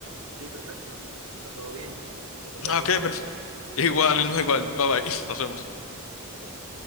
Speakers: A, on the right (about 80°); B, on the left (about 65°).
A: Sí, perfecto. Está todo bien. Que tengas
B: Ah,
A: buen
B: ok,
A: provecho.
B: perfecto. <laughs> Igual, no, igual. Bye bye. <laughs> Nos vemos.
A: Cuídate.